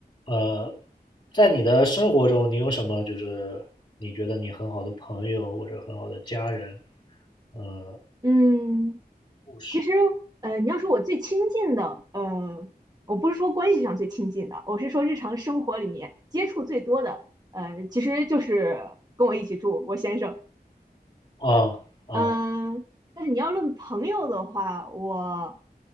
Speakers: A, on the left; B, on the right.
A: 呃，在你的生活中，你有什么就是你觉得你很好的朋友或者很好的家人？嗯，
B: 嗯，
A: 故事
B: 其实，呃，你要说我最亲近的，呃，我不是说关系上最亲近的，我是说日常生活里面接触最多的，呃，其实就是跟我一起住我先生。
A: 啊啊
B: 嗯，但是你要论朋友的话，我